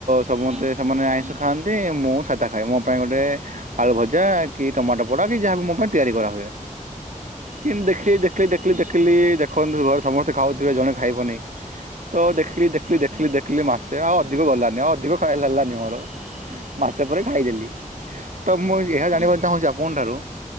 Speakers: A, on the right; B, on the right.
A: ସମେସ୍ତେ
B: ହୁଁ
A: ସେମାନେ ଆଇଁଷ ଖାଆନ୍ତି। ମୁଁ ସାଧା ଖାଏ। ମୋ ପାଇଁ ଗୋଟେ ଆଳୁ ଭଜା କି ଟମାଟ ପୋଡ଼ା କି ଯାହାବି ମୋ ପାଇଁ ତିଆରି କରାହୁଏ। କିନ୍ତୁ ଦେଖିଲେ
B: ହୁଁ
A: ଦେଖିଲେ ଦେଖିଲେ ଦେଖି ଦେଖିଲି ଦେଖନ୍ତୁ ଘରେ ସମସ୍ତେ ଖାଉଥିବେ ଜଣେ ଖାଇବନି। ତ ଦେଖିଲି ଦେଖିଲି ଦେଖିଲି
B: ହୁଁ
A: ଦେ ଦେଖିଲି ମାସେ ଆଉ ଅଧିକ ଗଲାନି ଆଉ ଅଧିକ ଖା ହେଲାନି ମୋର ମାସେ ପରେ ଖାଇଦେଲି। ତ ମୁଁ ଏହା
B: ହୁଁ
A: ଜାଣିବାକୁ ଚାହୁଁଚି ଆପଣ ଠାରୁ